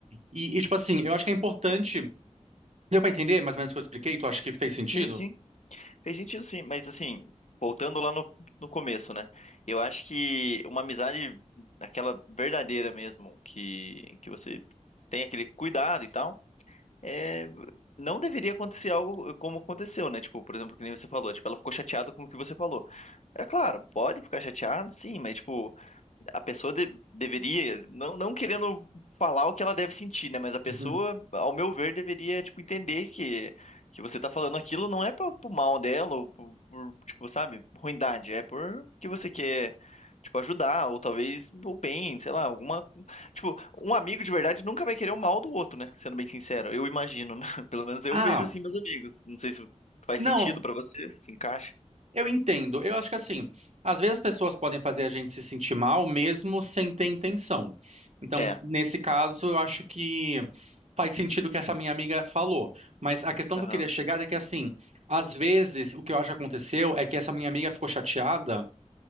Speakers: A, on the right; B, on the left.
A: E, e, tipo assim, eu acho que é importante. Deu pra entender mais ou menos o que eu expliquei? Tu acha que fez sentido?
B: Sim, sim. Fez sentido, sim. Mas, assim, voltando lá no, no começo, né? Eu acho que uma amizade, aquela verdadeira mesmo, que, que você tem aquele cuidado e tal. é, não deveria acontecer algo como aconteceu, né? Tipo, por exemplo, que nem você falou, tipo, ela ficou chateada com o que você falou. É claro, pode ficar chateado, sim, mas tipo, a pessoa de- deveria, não, não querendo falar o que ela deve sentir, né? Mas a pessoa,
A: Uhum.
B: ao meu ver, deveria, tipo, entender que, que você tá falando aquilo não é pro, pro mal dela, ou por, por, tipo, sabe, ruindade, é por que você quer, tipo, ajudar, ou talvez o bem, sei lá, alguma. Tipo, um amigo de verdade nunca vai querer o mal do outro, né? Sendo bem sincero, eu imagino, né? <laughs> Pelo menos eu
A: Ah,
B: vejo assim, meus amigos. Não sei se faz
A: não,
B: sentido pra você, se encaixa.
A: eu entendo. Eu acho que assim, às vezes as pessoas podem fazer a gente se sentir mal mesmo sem ter intenção. Então,
B: É,
A: nesse caso, eu acho que faz sentido o que essa minha amiga falou. Mas a questão
B: aham,
A: que eu queria chegar é que assim, às vezes o que eu acho que aconteceu é que essa minha amiga ficou chateada